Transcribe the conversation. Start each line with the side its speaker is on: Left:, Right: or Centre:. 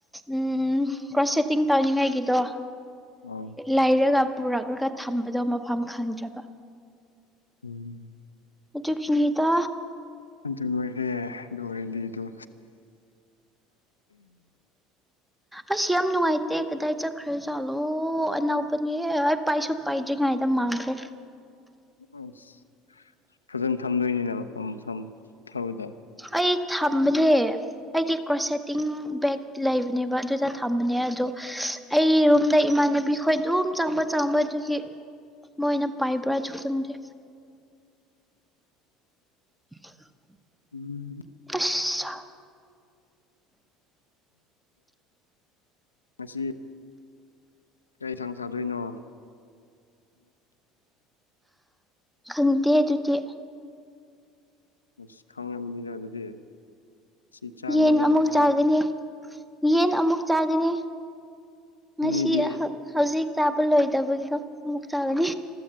Centre: ꯎꯝ ꯀ꯭ꯔꯣ ꯁꯦꯠꯇꯤꯡ ꯇꯧꯅꯤꯡꯉꯥꯏꯒꯤꯗꯣ꯫
Left: ꯑꯣ
Centre: ꯂꯩꯔꯒ ꯄꯨꯔꯛꯂꯒ ꯊꯝꯕꯗꯣ ꯃꯐꯝ ꯈꯪꯗ꯭ꯔꯕ꯫
Left: ꯎꯝ꯫
Centre: ꯑꯗꯨꯒꯤꯅꯤꯗ꯫
Left: ꯑꯗꯨ ꯑꯣꯏꯔꯦ ꯑꯗꯨ ꯑꯣꯏꯔꯗꯤ ꯑꯗꯨ꯫
Centre: ꯑꯁ ꯌꯥꯝ ꯅꯨꯡꯉꯥꯏꯇꯦ ꯀꯗꯥꯏ ꯆꯠꯈ꯭ꯔ ꯆꯥꯠꯂꯣ ꯑꯅꯧꯕꯅꯦ ꯑꯩ ꯄꯥꯏꯁꯨ ꯄꯥꯏꯗ꯭ꯔꯤꯉꯩꯗ ꯃꯥꯡꯈ꯭ꯔꯦ꯫
Left: ꯑꯁ ꯐꯖꯅ ꯊꯝꯗꯣꯏꯅꯤꯅ ꯃꯐꯝ ꯃꯐꯝ ꯐꯕꯗ꯫
Centre: ꯑꯩ ꯊꯝꯕꯅꯦ꯫ ꯑꯩꯗꯤ ꯀ꯭ꯔꯣꯁꯁꯦꯠꯇꯤꯡ ꯕꯦꯛ ꯂꯩꯕꯅꯦꯕ ꯑꯗꯨꯗ ꯊꯝꯕꯅꯦ ꯑꯗꯣ ꯑꯩꯔꯨꯝꯝꯗ ꯏꯃꯥꯟꯅꯕꯤ ꯈꯣꯏ ꯑꯗꯨꯝ ꯆꯪꯕ ꯆꯪꯕ ꯑꯗꯨꯒꯤ ꯃꯣꯏꯅ ꯄꯥꯏꯕ꯭ꯔꯁꯨ ꯈꯪꯗꯦ꯫ <inaudible>
Left: ꯎꯝ꯫
Centre: ꯑꯁ꯫
Left: ꯃꯁꯤ꯫ ꯀꯩꯁꯥꯡ ꯆꯥꯗꯣꯏꯅꯣ꯫
Centre: ꯈꯪꯇꯦ ꯑꯗꯨꯗꯤ꯫
Left: ꯑꯁ ꯈꯪꯉꯝꯅꯤꯗ ꯑꯗꯨꯗꯤ꯫ ꯁꯤ ꯆꯥꯅꯤ
Centre: ꯌꯦꯟ ꯑꯃꯨꯛ
Left: ꯁꯤ
Centre: ꯆꯥꯒꯅꯤ꯫ ꯌꯦꯟ ꯑꯃꯨꯛ ꯆꯥꯒꯅꯤ ꯉꯁꯤ
Left: ꯅꯪꯒꯤꯗꯤ
Centre: ꯍꯧꯖꯤꯛ ꯆꯥꯕ ꯂꯣꯏꯗꯕꯒꯤꯗꯣ ꯑꯃꯨꯛ ꯆꯥꯒꯅꯤ꯫